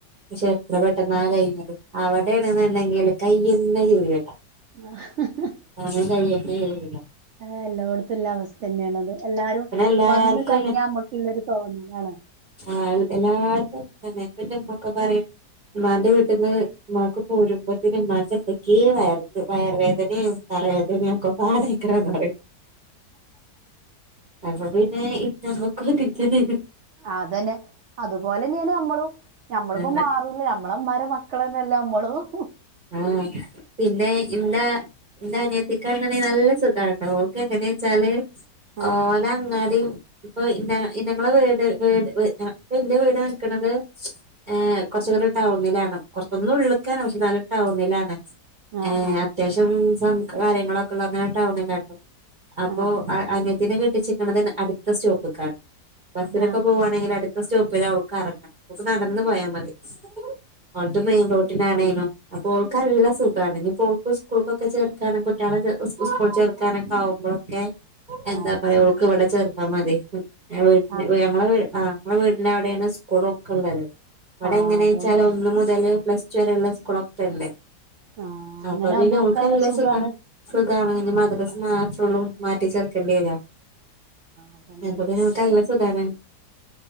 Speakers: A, on the right; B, on the right.
A: പഷെ എത്ര പെട്ടെന്നാ കഴിഞ്ഞത് അവിടേണ്ന്ന്ണ്ടങ്കില് കയ്യ്യന്നെ ചിയ്യൂല
B: ആഹ്
A: സമയം കയ്യെന്നെ <unintelligible>
B: ആഹ് എല്ലോട്ത്തില്ല അവസ്ഥെന്നേണത് എല്ലാരും
A: പിന്നെ എല്ലാർക്കും
B: വന്ന് കഴിഞ്ഞാ മ്മക്ക്ള്ളൊരു തോന്നലാണ്
A: ആഹ് എല്ലാർക്കും <unintelligible> പറയും ഉമ്മാന്റെ വീട്ട്ന്ന് ഉമ്മാക്ക് പോരുമ്പത്തിന് ഉമ്മാക്ക് എന്തെക്കേ വയറ് വയറ് വേദനെ വേദന ഒക്കെപ്പാടെയ്ക്കാരം പറയും അത് കൊണ്ട് പിന്നെ ഇ ഞമക്ക് <unintelligible>
B: അതന്നെ അത്പോലെന്നേണ് ഞമ്മളും ഞമ്മളിപ്പൊ
A: തന്നെ ആ
B: മാറും ഞമ്മളമ്മാരെ മക്കളെന്നല്ലെ ഞമ്മളും
A: ആഹ് പിന്നെ ഇന്താ ഇന്റാ അനിയത്തിക്കാണ്ന്ന ണ്ടങ്കി നല്ല സുഖാണ് ട്ടോ എങ്ങനെച്ചാല്
B: ആഹ്
A: ഓലങ്ങാടി ഇപ്പൊ ഞാ ഞങ്ങളെ വീട് വീട് വ് ഇന്റെ വീട് നിക്കണത് ഏ കൊ ച്ച് ടൗണിലാണ് കൊറ് ഒന്ന് ഉള്ള്ക്കാണ് പഷെന്നാലും ടൗണിലാണ്
B: ആഹ്
A: ഏഹ്
B: ആഹ്
A: അത്യാവശ്യം സം കാര്യങ്ങളൊക്കെ ഉള്ളുങ്ങനെ ടൗണില അപ്പൊ
B: ആഹ്
A: അന്യയത്തിനെ കെട്ടിച്ച്ക്ക്ണത് അട്ത്ത സ്റ്റോപ്പിക്കാണ് ബസ്സിനൊക്കെ
B: ആഹ്
A: പോവാണെങ്കില് അടുത്ത സ്റ്റോപ്പിലവൾക്കെറങ്ങ ഓക്ക് നടന്ന് പോയാ മതി ഓട്ടും മെയിൻ റോട്ടിനാണേനും അപ്പൊ ഓൾക്കല്ല സുഖാണ് ഞിപ്പൊ ഓൾക് സ്കൂൾകൊക്കെ ചേർത്താണെ കുട്ടീളെ സ്കൂൾ ചേർത്താനൊക്കെ ആകും മ്പോളെക്കെ എന്താ
B: ആഹ് ആഹ്
A: പറയ ഓൾക് ഇവടെ ചേർത്താ മതി വീട്ട്
B: ആഹ്
A: ഞങളെ വീ ആഹ് ഞങളെ വീട്ട്ന്റവ്ടേണ് സ്കൂളൊക്കെ ഇള്ളത് ഇവടെ
B: ആഹ്
A: എങ്ങനെച്ചാല്
B: അതോണ്ടോ
A: ഒന്ന് മുതല് പ്ലസ് ടു വരെള്ള സ്കൂളൊക്കെ അല്ലെ
B: ആഹ്
A: അപ്പ
B: അങ്ങനാവുമ്പോ
A: പിന്നെ
B: ഓക്കല്ല
A: ഓൾക്കല്ല
B: സുഖാണ്.
A: സുഖാ സുഖാണ് മദ്രസ്
B: ആഹ്
A: മാത്രൊള്ളു മാറ്റിച്ചേർത്തേണ്ടിരൊ
B: അതന്നെ
A: അപ്പ പിന്നെ ഓൾക്കല്ല സുഖാണ്